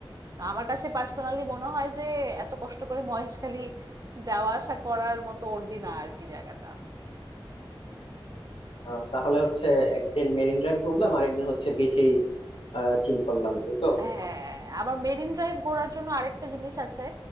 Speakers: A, on the right; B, on the left.
A: তো আমার কাছে পার্সোনালি মনে হয় যে এত কষ্ট করে মহেশখালী যাওয়া আসা করার মতো অর্দি না আর কি জায়গাটা
B: আহ, তাহলে হচ্ছে একদিন মেরিন ড্রাইভ ঘুরলাম আরেকদিন হচ্ছে বিচেই চিল করলাম এই তো
A: হ্যাঁ, আবার মেরিন ড্রাইভ ঘোরার জন্য আরেকটা জিনিস আছে